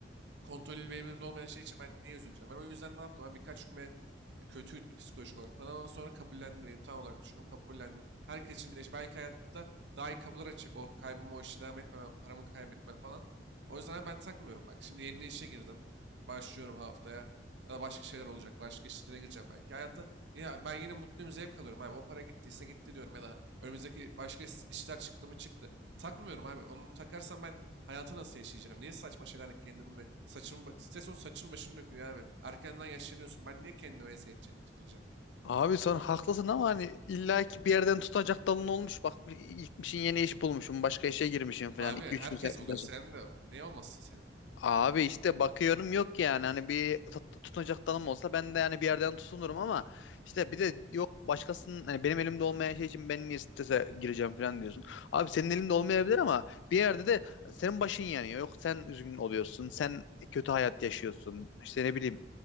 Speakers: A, on the right (about 70°); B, on the left (about 80°).
A: kontrolü benim elimde olmayan şey için ben niye üzüleceğim? Ben o yüzden ne yaptım? Ben birkaç gün ben- e, kötüydü psikolojik olarak falan ama sonra kabullendim. İmtihan olarak düşündüm, kabullendim. Herkes için değişir. Belki hayatta daha iyi kapılar açacak. O kaybımı, o işi devam etmemem, paramı kaybetmem falan. O yüzden ben takmıyorum bak. Şimdi yeni işe girdim. Başlıyorum haftaya. Ya da başka şeyler olacak. Başka işlere gireceğim belki. Hayatta ya ben yine mutluyum, zevk alıyorum abi. O para gittiyse gitti diyorum. Ya da önümüzdeki başka is- işler çıktı mı çıktı. Takmıyorum abi. Onu takarsam ben Hayatı nasıl yaşayacağım? Niye saçma şeylerle kendimi saçımı ba- stres o saçın başını dökülüyor abi. Erkenden yaşlanıyorsun. Ben niye kendime eziyet çektireceğim yani?
B: Abi sen haklısın ama hani illaki bir yerden tutunacak dalın olmuş. Bak gitmişin yeni iş bulmuşum. Başka işe girmişim falan.
A: Abi
B: iki
A: herkes
B: üç gün sen-
A: oluyor. Sen de niye olmasın senin de abi?
B: Abi işte bakıyorum yok yani hani bir tut- tutunacak dalım olsa ben de yani bir yerden tutunurum ama işte bir de yok başkasının hani benim elimde olmayan şey için ben niye strese gireceğim falan diyorsun. Abi senin elinde olmayabilir ama bir yerde de senin başın yanıyor. Yok sen üzgün oluyorsun. Sen kötü hayat yaşıyorsun. İşte ne bileyim